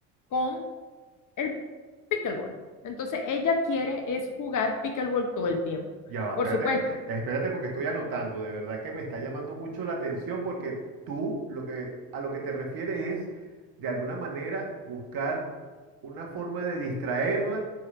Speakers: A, on the left; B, on the right.
A: con el pickleball. Entonces, ella quiere es jugar pickleball todo el tiempo.
B: Ya va,
A: Por
B: espérate,
A: supuesto,
B: espérate porque estoy anotando, de verdad que me está llamando mucho la atención porque tú lo que a lo que te refieres es de alguna manera buscar una forma de distraerla